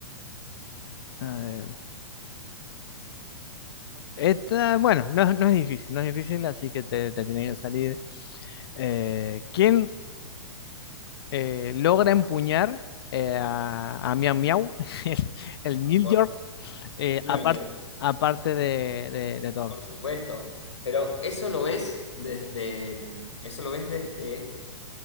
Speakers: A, on the left (about 55°); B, on the left (about 70°).
A: a ver. Esta, bueno, no, no es difícil, no es difícil, así que te, te tiene que salir. Eh, ¿quién eh, logra empuñar eh, a, a Miau Miau, <laughs> el, el Milord,
B: Por
A: eh,
B: Mjolnir,
A: apar- aparte de, de, de Thor?
B: por supuesto. Pero eso lo ves desde... mm, Eso lo ves desde